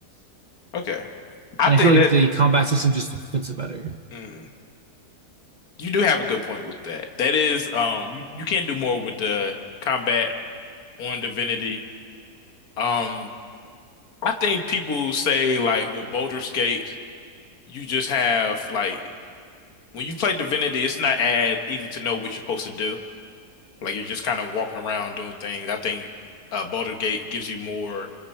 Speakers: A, on the left; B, on the right.
A: Okay. I
B: And
A: think
B: I feel like
A: that.
B: the combat system just fits it better.
A: Mm. You do have a good point with that. That is, um, you, you can do more with the combat on Divinity. Um, I think people say like with Baldur's Gate, you just have like when you play Divinity, it's not as easy to know what you're supposed to do. Like you're just kind of walking around doing things. I think uh, Baldur's Gate gives you more,